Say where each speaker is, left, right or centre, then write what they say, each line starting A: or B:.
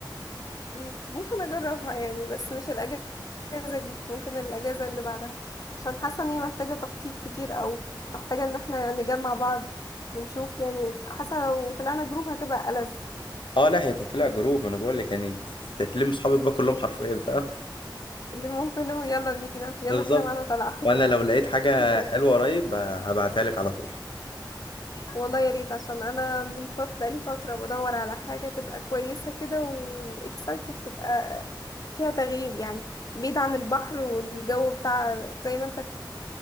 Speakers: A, on the left (about 50°); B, on the left (about 85°).
A: م- ممكن اجربها يعني بس مش الاجازة دي ممكن الاجازة اللي بعدها عشان حاسة ان هي محتاجة تخطيط كتير او محتاجة ان احنا نجمع بعض ونشوف يعني حاسة لو طلعنا جروب هتبقى ألذ
B: اه لا هي تطلع جروب ما انا بقول لك يعني تتلم اصحابك بقى كلهم حرفيا فاهم
A: اللي ممكن نقول يلا بينا يلا
B: بالظبط
A: بينا معانا طلعة
B: وانا لو لقيت حاجه
A: <laughs>
B: حلوه قريب آه، هبعتها لك على طول
A: والله يا ريت عشان انا من فت... بقالي فتره بدور على حاجه تبقى كويسه كده واكسايتد تبقى فيها تغيير يعني بعيد عن البحر والجو بتاع زي ما انت في